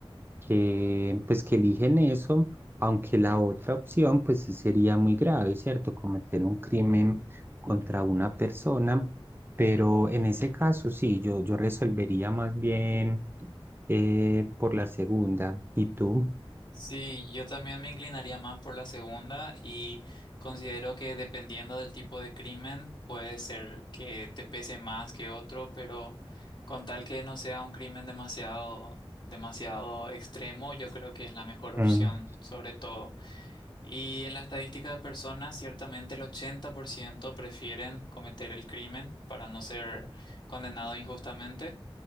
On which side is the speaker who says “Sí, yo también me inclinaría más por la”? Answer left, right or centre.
Left